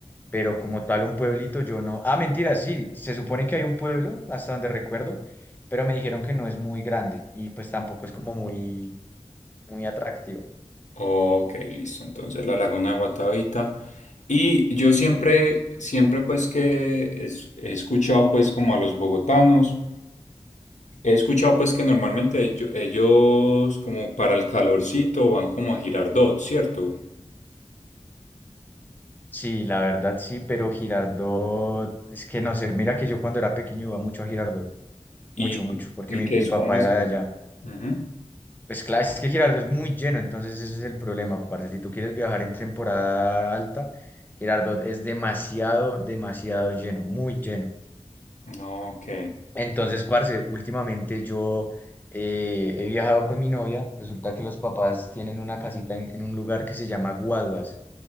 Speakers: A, on the left (about 15°); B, on the left (about 80°).
A: pero como tal un pueblito yo no... Ah, mentira, sí, se supone que hay un pueblo, hasta donde recuerdo, pero me dijeron que no es muy grande y pues tampoco es como muy, muy atractivo.
B: Ok, listo. Entonces la Laguna de Guatavita. Y yo siempre, siempre pues que es- he escuchado pues como a los bogotanos, he escuchado pues que normalmente ello- ellos como para el calorcito van como a Girardot, ¿cierto?
A: Sí, la verdad sí, pero Girardot, es que no sé, mira que yo cuando era pequeño iba mucho a Girardot,
B: Y,
A: mucho, mucho, porque
B: y
A: mi,
B: que
A: mi
B: es
A: papá
B: como es
A: era
B: eso.
A: de allá.
B: Ujú.
A: Pues claro, es que Girardot es muy lleno, entonces ese es el problema. Aparte, si tú quieres viajar en temporada alta, Girardot es demasiado, demasiado lleno, muy lleno.
B: Ok,
A: Entonces, parce, últimamente yo eh, he viajado con mi novia. Resulta que los papás tienen una casita en, en un lugar que se llama Guaduas.